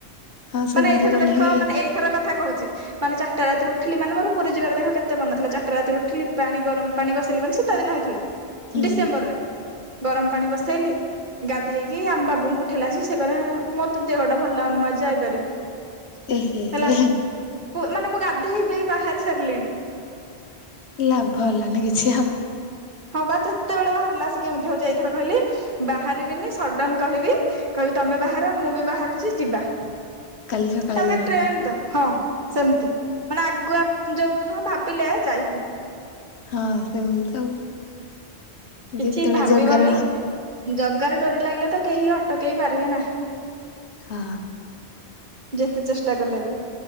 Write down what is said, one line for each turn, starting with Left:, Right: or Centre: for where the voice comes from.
Left: ହଁ ସେମିତି
Right: ମାନେ ଏଇଥର
Left: ଗଲେ
Right: ଦେଖ
Left: ହିଁ
Right: ମାନେ ଏଇଥର କଥା କହୁଛି ମାନେ ଚାରିଟା ରାତି ଉଠିଲି ମୋର ପୁରୀ ଯିବାର ଦେଖ କେତେ ମନଥିଲା ଚାରିଟା ରାତି ଉଠିଲି ପାଣି ଗରମ ପାଣି ବସେଇଲି ମାନି ସେ ତ ଦିନ ହେଇଥିଲା
Left: ହୁଁ
Right: ଡିସେମ୍ବରରେ ଗରମ ପାଣି ବସେଇଲି ଗାଧେଇକି ଆମ ବାବୁଙ୍କୁ ଠେଲାସ ସେ କ ମତେ ଦେହ ଟା ଭଲ ଲାଗୁନି ମୁଁ ଆଜି ଯାଇପାରିବିନି।
Left: ଏ ହେ
Right: ହେଲା
Left: ହେ।
Right: ମାନେ ମୁଁ ଗାଧୋଇବି ବାହାରି ସାରିଲିଣି।
Left: ଲାଭ ହେଲାନି କିଛି ଆଉ।
Right: ହଁ ବା ଯେତେବେଳେ ବାହାରିଲା ସେ କେମିତି ହଉଛି ଏଇଥର କହିଲି ବାହାରିବିନି ସଡନ କହିବି କହିବି ତମେ ବାହାର ମୁଁ ବି ବାହାରୁଛି ଯିବା।
Left: କାଲି ସକାଳେ
Right: ତାପରେ
Left: ଯିବା
Right: ଟ୍ରେନ୍ ତ ହଁ। ସେମିତି ମାନେ ଆଗୁଆ ଯୋଉ ନୁହଁ ଭାବିଲେ ଯାଇ ହଉନି।
Left: ହଁ ସେମିତି ତ ଆଉ।
Right: କିଛି
Left: ଯେତେବେଳେ
Right: ଭାବିବନି
Left: ଜଗାର
Right: ଜଗାର ଡୋରି ଲାଗିଲେ ତ କେହି ଅଟକେଇ ପାରିବେ ନାହିଁ।
Left: ହଁ।
Right: ଯେତେ ଚେଷ୍ଟା କଲେ ବି